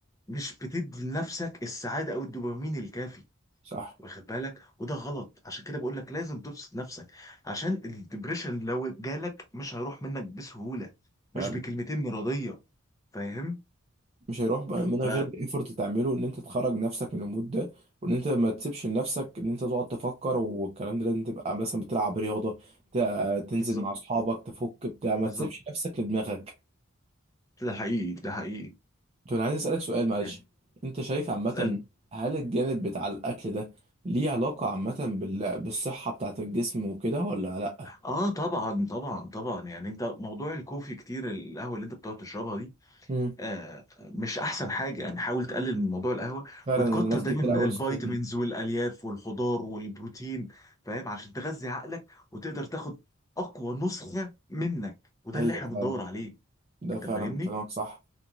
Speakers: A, on the left; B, on the right.
A: مش بتدي لنفسك السعادة أو الدوبامين الكافي
B: صح
A: واخد بالك وده غلط عشان كده بقول لك لازم تبسط نفسك عشان الدبريشن لو جالك مش هيروح منك بسهولة مش
B: فعلا
A: بكلمتين مرضية فاهم؟
B: مش هيروح بقى من
A: فبالظبط
B: غير الايفورت تعمله ان انت تخرج نفسك من المود ده وان انت ما تسيبش لنفسك ان انت تقعد تفكر والكلام ده لازم تبقى مثلا بتلعب رياضه ت- تنزل
A: بالظبط
B: مع اصحابك تفك بتاع ما
A: بالظبط.
B: تسيبش نفسك لدماغك
A: ده حقيقي ده حقيقي
B: طب انا عايز اسالك سؤال معلش
A: يعني
B: انت شايف عامه
A: اسألني
B: هل الجانب بتاع الاكل ده ليه علاقه عامه بال... بالصحه بتاعه الجسم وكده ولا لا
A: اه طبعا طبعا طبعا يعني انت موضوع الكوفي كتير القهوه اللي انت بتقعد تشربها دي
B: امم
A: آه مش احسن حاجه يعني حاول تقلل من موضوع القهوه
B: فعلا
A: وتكتر
B: انا ناس
A: دايما
B: كتير
A: من
B: قوي
A: الفيتامينز
B: نصحتني
A: والالياف والخضار والبروتين فاهم عشان تغذي عقلك وتقدر تاخد اقوى نسخه منك وده
B: ايوه
A: اللي احنا
B: فعلا
A: بندور عليه
B: ده
A: انت
B: فعلا
A: فاهمني
B: كلامك صح